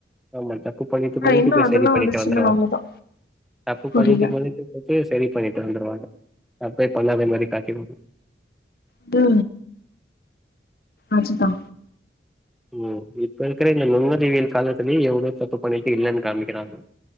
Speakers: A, in the centre; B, on the left (about 55°).
A: ஆமா தப்பு பண்ணிட்டு
B: ஆனா
A: மணிக்கு
B: இன்னு
A: போய்
B: அதெல்லா
A: சரி பண்ணிட்டு
B: வந்துச்சுன்னா
A: வந்துருவாங்க
B: அவ்ளோதா
A: தப்பு
B: புரியல
A: பண்ணட்டு மணிக்கு போட்டு சரி பண்ணிட்டு வந்துருவாங்க தப்பே பண்ணாத மாரி காட்டீடுவாங்க
B: து ஆச்சுதா
A: உம் இப்ப இருக்கிற இந்த நுண்ணறிவியல் காலத்தலயே எ்வளவு தப்பு பண்ணிட்டு இல்லைன்னு காமிக்கிறாங்க